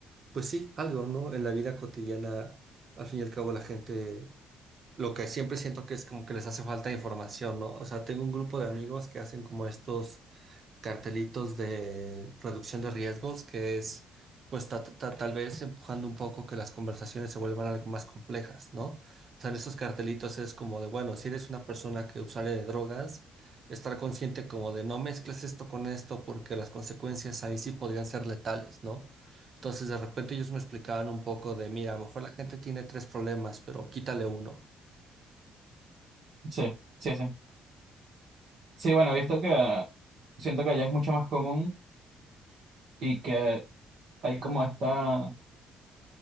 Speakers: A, on the right; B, on the right.
A: pues sí, algo, ¿no? En la vida cotidiana, al fin y al cabo, la gente lo que siempre siento que es como que les hace falta información, ¿no? O sea, tengo un grupo de amigos que hacen como estos cartelitos de reducción de riesgos, que es, pues, ta- ta- tal vez empujando un poco que las conversaciones se vuelvan algo más complejas, ¿no? O sea, en esos cartelitos es como de, bueno, si eres una persona que usuaria de drogas, estar consciente como de no mezcles esto con esto porque las consecuencias ahí sí podrían ser letales, ¿no? Entonces, de repente ellos me explicaban un poco de, mira, a lo mejor la gente tiene tres problemas, pero quítale uno.
B: Sí, sí, sí. Sí, bueno, he visto que siento que allá es mucho más común y que hay como esta,